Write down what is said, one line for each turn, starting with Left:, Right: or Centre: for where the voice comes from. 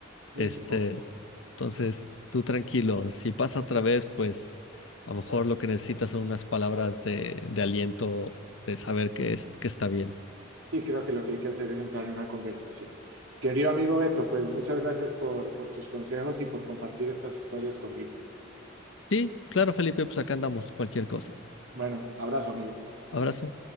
Right: sí,
Left: Este,
Right: supongo.
Left: entonces, tú tranquilo, si pasa otra vez, pues a lo mejor lo que necesitas son unas palabras de, de aliento, de saber
Right: Sí.
Left: que, es, que está bien.
Right: Sí, creo que lo que hay que hacer es entrar en una conversación. Querido amigo Beto, pues muchas gracias por, por tus consejos y por compartir estas historias conmigo.
Left: Sí, claro, Felipe, pues acá andamos, cualquier cosa.
Right: Bueno, abrazo, amigo.
Left: Abrazo.